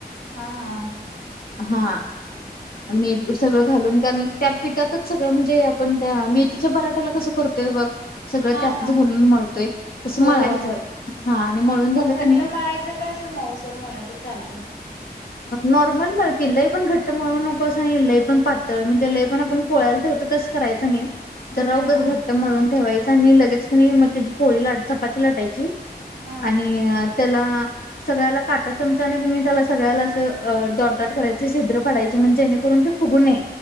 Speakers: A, on the left; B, on the left.
A: हा हा
B: हा मीठ सगळं घालून कारण त्या पिठातच सगळं म्हणजे आपण त्या मी तिच्या मराठ्याला कसं करतय बघ सगळं
A: हा
B: त्यातच
A: हा
B: घालून मळतोय तसं
A: होय
B: मळायचं
A: होय
B: हा आणि मळून झालं
A: मग
B: क
A: घट्ट
B: नाही
A: मळायचं काय अस मऊसर म्हलं तर चालते
B: नॉर्मल मळ क लई पण घट्ट मळ नकोसं नाही ल पण पातळ म्हणजे लय पण आपण पोळालाव होत तच करायचं नाही तर राऊगच
A: हा हा
B: घट्ट म्हळून ठेवायचं आणि लगेच क नाही मग त्याची पोळी ला चपाती लाटायची
A: हा
B: आणि त्याला सगळ्याला काटा चमचाने तुही त्याला सगळ्याला अस डटडट करायच शिद्रडायचे जेणेकरून ते फुगूनय